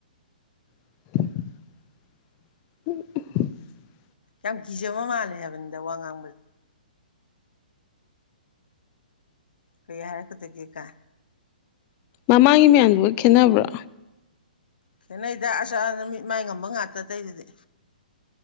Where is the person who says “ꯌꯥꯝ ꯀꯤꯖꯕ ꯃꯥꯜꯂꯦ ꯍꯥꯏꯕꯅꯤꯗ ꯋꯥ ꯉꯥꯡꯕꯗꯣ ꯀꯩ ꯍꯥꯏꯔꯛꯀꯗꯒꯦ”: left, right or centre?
Left